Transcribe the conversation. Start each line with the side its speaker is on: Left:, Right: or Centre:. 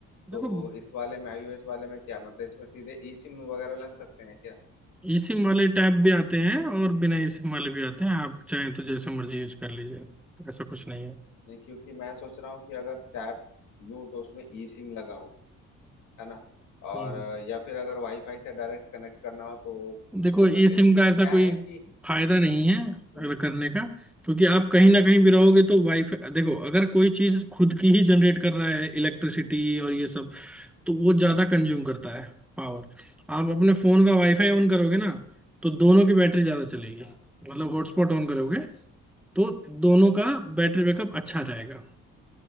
Centre: देखो
Left: तो इस वाले में आईओएस वाले में क्या मतलब इसमें सीधे ई सिम वगैरह लग सकते हैं क्या
Centre: ई सिम वाले टैब भी आते हैं और बिना ई सिम वाले भी आते हैं आप चाहें तो जैसे मर्जी यूज कर लीजिए ऐसा कुछ नहीं है
Left: नहीं क्योंकि मैं सोच रहा हूँ कि अगर टैब लूँ तो उसमें ई सिम लगाऊं है ना और
Centre: हम्म
Left: अ, या फिर अगर वाईफाई से डायरेक्ट कनेक्ट करना हो तो उसको
Centre: देखो ई
Left: कर ले
Centre: सिम
Left: क्या
Centre: का ऐसा कोई
Left: है कि
Centre: फायदा नहीं है
Left: हम्म,
Centre: अगर करने का क्योंकि आप कहीं ना कहीं भी रहोगे तो वाईफाई देखो अगर कोई चीज खुद की ही जनरेट कर रहा है इलेक्ट्रिसिटी और ये सब तो वो ज्यादा कंज्यूम करता है पावर आप अपने फोन का वाईफाई ऑन करोगे ना तो दोनों की बैटरी ज्यादा चलेगी
Left: हाँ,
Centre: मतलब हॉटस्पॉट ऑन करोगे तो दोनों
Left: हम्म,
Centre: का बैटरी बैकअप अच्छा रहेगा